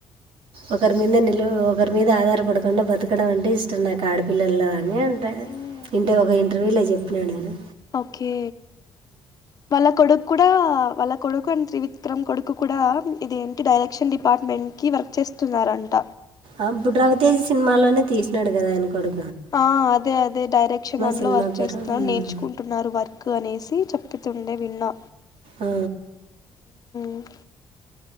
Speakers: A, on the right; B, on the left.
A: ఒకరి మింద నిల్వ ఒకరి మీద ఆధారపడకుండా బతకడం అంటే ఇష్టం నాకు ఆడపిల్లల్లో ఏంటే
B: మ్మ్
A: ఇంటే ఒక ఇంటర్వ్యూలో చెప్పినాడు నేను
B: ఓకే పళ్ళ కొడు కూడా వాళ్ళ కొడుకు అండ్ త్రివిక్రమ్ కొడుకు కూడా ఇది ఏంటి డైరెక్షన్ డిపార్ట్మెంట్ కి వర్క్ చే స్తున్నారంట
A: ఆ బుడ్రావతి సినిమాలోనే తీసినాడు కదా ఆయన కొడు
B: ఆ అదే అదే డైరెక్షన్ దాంట్లో
A: సినిమా
B: వర్క్
A: పేరు
B: చేస్తున్నారు
A: ఉమ్.
B: నేర్చుకుంటున్నారు వర్ కు అనేసి చెప్పుతుండే విన్నా
A: ఆ.
B: ఉ